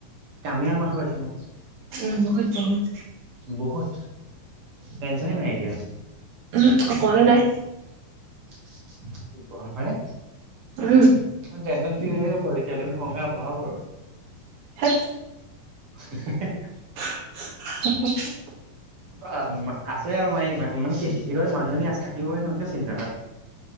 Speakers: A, on the right; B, on the right.
A: কামিয়াল মানুহ পাইছো মই।
B: উম বহুত বহুত
A: বহুত টেনচনে নাইকিয়া।
B: উহু অকনো নাই।
A: হয়নে টেনচন ফ্ৰী হৈয়ে আছো
B: উম
A: আৰু তেতিয়াহ'লে আমি সংসাৰ বঢ়াব পাৰো
B: ধেৎ
A: <unintelligible>
B: <unintelligible>
A: অ আছে আৰু মইকী মানে কি কি কয় মানুহজনী থাকিবই নহয় কিয় চিন্তা আৰু